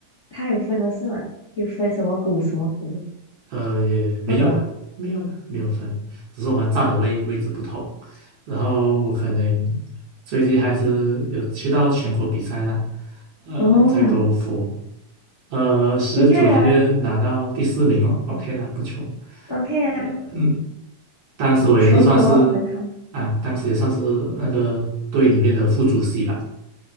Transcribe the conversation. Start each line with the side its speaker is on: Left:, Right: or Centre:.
Left: 他有分的是吗？有分什么鼓什么鼓？
Right: 呃，也没有啦，
Left: 不懂。
Right: 没有啦，没有分，只是我们站的位位置不同。然后我可能最厉害是有去到全国比赛啦，呃，
Left: 哦，
Right: 在柔佛，呃，十组里面拿到第四名哦，OK
Left: 厉害呀
Right: 啦，不错。
Left: ，OK 啊，
Right: 呃嗯，当时我也是算是啊，
Left: 全国很好。
Right: 当时也算是那个队里面的副主席吧。